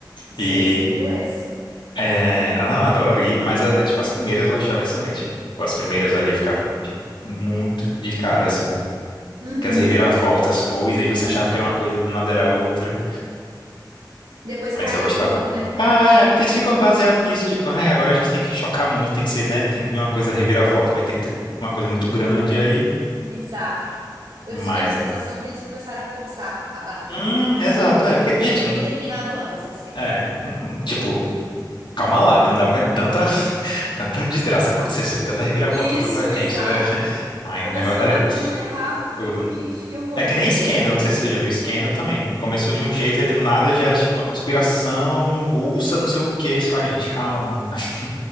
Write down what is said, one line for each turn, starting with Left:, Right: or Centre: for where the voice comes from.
Right: Não sei
Left: E
Right: se você viu essa.
Left: é, ah, não, adoro. E, mas a- tipo, as primeiras eu achava excelente. As primeiras ali eu ficava de- muito de cara, assim.
Right: Uhum,
Left: Que as reviravoltas, coisas,
Right: uhum.
Left: e você achava que era uma coisa, do nada era outra.
Right: Depois caiu
Left: Essa eu gostava.
Right: um pouco, né?
Left: Ah, é, porque eles ficam baseados nisso, tipo, ai, agora a gente tem que chocar muito, tem que ser, né? Tem que vir uma coisa reviravolta, vai ter que ter uma coisa muito grande aí.
Right: Exato. Eu
Left: Mas.
Right: fiquei com a sensação que eles começaram a forçar a barra.
Left: Hum, exato, é. Porque, gente,
Right: Podia
Left: não-
Right: ter terminado antes a série.
Left: é, não- tipo, calma lá, né? Não dá pra tanta, <laughs> tanta desgraça acontecer, assim, tanta reviravolta,
Right: Isso,
Left: tanta
Right: exato.
Left: gente. né? <laughs> Ai,
Right: Começou
Left: o negócio
Right: a
Left: era
Right: dar tudo errado. Eu Falei,
Left: tudo.
Right: "Que- gente, que horror
Left: É que
Right: essa
Left: nem
Right: série.
Left: Scandal, não sei se você já viu Scandal também. Começou de um jeito e do nada já era tipo uma conspiração russa, não sei o quê. Você fala, Ai, gente, calma. <laughs>